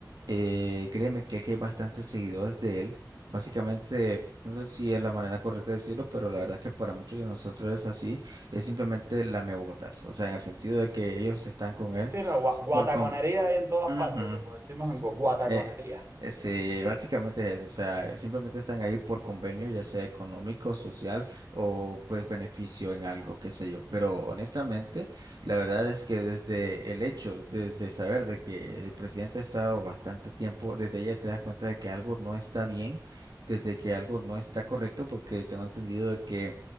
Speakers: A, on the right; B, on the right.
A: eh, créeme que aquí hay bastantes seguidores de él. Básicamente, no sé si es la manera correcta de decirlo, pero la verdad es que para muchos de nosotros es así, es simplemente lamebotas. O sea, en el sentido de que ellos están con él
B: Sí, no, gua- guataconería
A: por com-
B: hay en todas
A: Ujú.
B: partes, como decimos en Cuba, guataconería.
A: Eh, eh, sí, básicamente es eso, o sea, simplemente están ahí por convenio, ya sea económico, social o pues beneficio en algo, qué sé yo. Pero honestamente, la verdad es que desde el hecho, desde saber de que el presidente ha estado bastante tiempo, desde ella te das cuenta de que algo no está bien, desde que algo no está correcto, porque tengo entendido de que